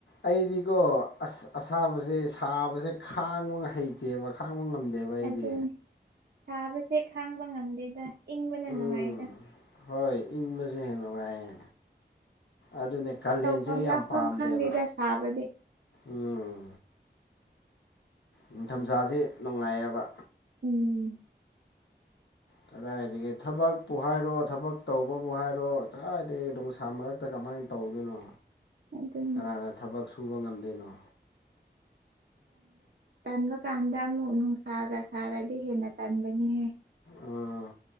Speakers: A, on the left; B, on the right.
A: ꯑꯩꯗꯤꯀꯣ ꯑꯁ ꯑꯁꯥꯕꯁꯦ ꯁꯥꯕꯁꯦ ꯈꯥꯡꯉꯒ ꯍꯩꯇꯦ ꯇꯦꯕ ꯈꯥꯡꯕ ꯉꯝꯗꯦꯕ ꯑꯩꯗꯤ
B: ꯑꯗꯨꯅ ꯁꯥꯕꯁꯦ ꯈꯥꯡꯕ ꯉꯝꯗꯦꯗ ꯏꯪꯕꯅ
A: ꯎꯝ
B: ꯅꯨꯡꯉꯥꯏꯗ
A: ꯍꯣꯏ ꯏꯪꯕꯁꯦ ꯍꯦꯟꯅ ꯅꯨꯡꯉꯥꯏꯌꯦ ꯑꯗꯨꯅꯦ ꯀꯥꯂꯦꯟꯁꯦ
B: ꯇꯧꯐꯝ
A: ꯑꯩ ꯌꯥꯝ
B: ꯂꯥꯛꯐꯝ
A: ꯄꯥꯝꯗꯦꯕ
B: ꯈꯪꯗꯦꯗ ꯁꯥꯕꯗꯤ
A: ꯎꯝ ꯅꯤꯡꯊꯝꯊꯥꯥꯁ ꯅꯨꯡꯉꯥꯏꯑꯕ
B: ꯎꯝ
A: ꯀꯗꯥꯏꯗꯒꯤ ꯊꯕꯛꯄꯨ ꯍꯥꯏꯔꯣ ꯊꯕꯛ ꯇꯧꯕꯕꯨ ꯍꯥꯏꯔꯣ ꯀꯗꯥꯏꯗꯒꯤ ꯑꯗꯨꯝ ꯁꯃꯔꯛ ꯃꯛꯇ ꯀꯃꯥꯏꯅ ꯇꯧꯗꯣꯏꯅꯣ
B: ꯑꯗꯨꯅꯦ
A: ꯀꯅꯥꯅ ꯊꯕꯛ ꯁꯨꯕ ꯉꯝꯗꯣꯏꯅꯣ
B: ꯇꯟꯕ ꯀꯥꯟꯗ ꯑꯃꯨꯛ ꯅꯨꯡꯁꯥꯒ ꯁꯥꯔꯗꯤ ꯍꯦꯟꯅ ꯇꯟꯕꯅꯤꯍꯦ
A: ꯑꯥ